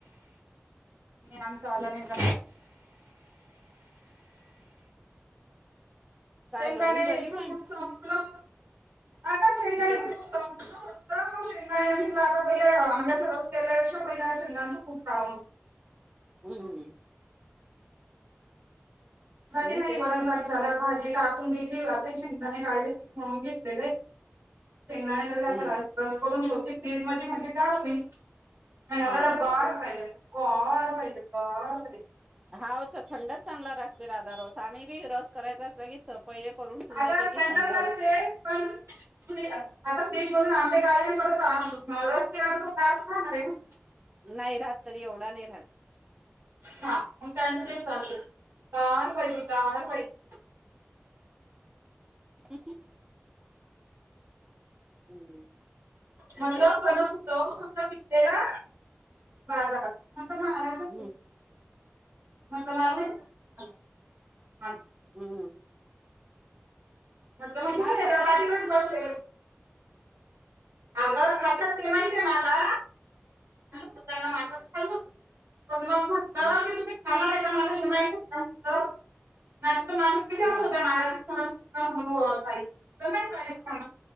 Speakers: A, on the right; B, on the right.
A: मी आमचावाला नाहीच
B: काय
A: शेंगणेच
B: दडून राहिली मग
A: कूट संपलं. आका शेंगदाण्याच
B: मी तेच
A: कुट संपलं. तर मग शेंगातला आता पहिला आंब्याचा याचा रस केल्यापेक्षा पहिले शेंगदाणा च कुट करावं.
B: हम्म.
A: झाली
B: मी
A: नाही.
B: तेच
A: वरण
B: म्हटलं
A: भात झाला. भाजी काय अनि ते शेंगदाणे गार म्हणून घेतलेले शेंगदाणे गरम
B: हम्म
A: बस करून छोटी फ्रीज मध्ये म्हणजे काय होईल. माझ्या नवऱ्याला
B: हा
A: गार
B: बरोबर
A: पाहिजे असतय. गार पाहिजे गार पाहिजे.
B: हाव तर थंडच चांगला लागते. राधा रस आम्ही बी रस करायचा असत की पहिले करून ठेवून
A: अगं
B: देते की
A: थंडच
B: थंड
A: असते पण आता फ्रीज मधून आंबे काढले. परत आ रस केलेवर तो गार च राहणार आहे ना.
B: नाही राहत. तरी एवढा नाही राहत.
A: हा मग त्यांचे चालूच. गार पाहिजे गार पाहिजे.
B: ते <unintelligible> हम हम.
A: म्हटलं फणस होतं. पिकलेला बाजारात मग म्हणायलय
B: हम्
A: <unintelligible>
B: हम्म,
A: म्हटलं मग घेऊन
B: हा
A: ये
B: खातात.
A: जा पाठीवरच बसेल अगं खातात. ते माहिती मला, बाजारातून आणूच पण मग म्हटलं
B: हम्म
A: तु खाणार आहे का मला हे माहितच नव्हतं. नाहीतर माणूस पिशव्या
B: हा
A: होत्या माझ्या हातात हो ताई जमेल का मला